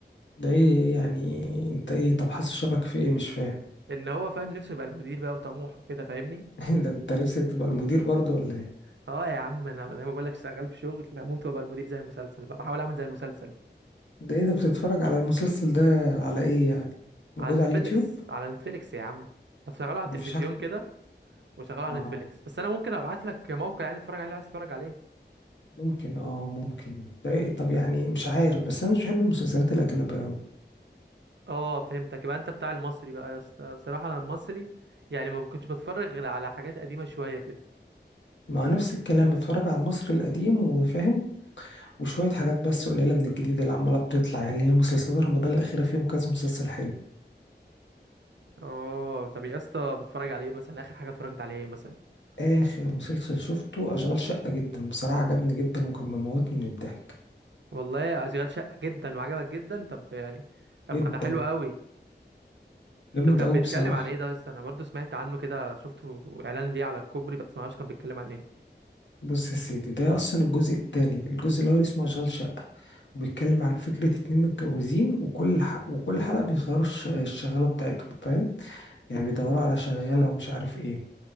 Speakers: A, on the left (about 85°); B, on the right (about 80°).
A: ده ايه إيه يعني انت ايه طب حاسس شبك في ايه مش فاهم
B: ان هو فاهم نفسه يبقى المدير بقى وطموح وكده فاهمني
A: <laughs> ده انت نفسك تبقى المدير برضه ولا ايه
B: اه يا عم انا زي ما بقولك شغال في شغل اموت وابقى المدير زي المسلسل بقى بحاول اعمل زي المسلسل
A: ده ايه ده بتتفرج على المسلسل ده على ايه يعني موجود
B: على نتفليكس
A: على اليوتيوب
B: على نتفليكس يا عم بشغله على التلفزيون
A: مفيش حاجه
B: كده وشغله على
A: اه
B: نتفليكس بس انا ممكن ابعت لك موقع يعني تتفرج عليه لو عايز تتفرج عليه
A: ممكن اه ممكن ده ايه طب يعني مش عارف بس انا مش بحب المسلسلات الاجنبيه قوي
B: اه فهمتك يبقى انت بتاع المصري بقى يا اسطى بصراحه انا المصري يعني ما كنتش بتفرج غير على حاجات قديمه شويه كده
A: مع نفس الكلام بتفرج على المصري القديم وفاهم وشوية حاجات بس قليلة من الجديد اللي عمالة بتطلع يعني هي مسلسلات رمضان الأخيرة فيهم كذا مسلسل حلو
B: اه طب يا اسطى بتفرج على ايه مثلا اخر حاجه اتفرجت على ايه مثلا
A: آخر مسلسل شفته أشغال شقة جدا بصراحة عجبني جدا وكان مموتني من الضحك
B: والله اشغال شقه جدا وعجبك جدا طب يعني طب
A: جدا
B: ما ده حلو قوي
A: جامد
B: طب كان
A: أوي
B: بيتكلم
A: بصراحة
B: عن ايه ده بس انا برضو سمعت عنه كده شفته اعلان ليه على الكوبري بس ما اعرفش كان بيتكلم عن ايه
A: بص يا سيدي ده أصلا الجزء التاني الجزء الأول اسمه أشغال شقة وبيتكلم عن فكرة اتنين متجوزين وكل ح... وكل حلقة بيغيروا الش... الشغالة بتاعتهم فاهم يعني بيدوروا على شغالة ومش عارف ايه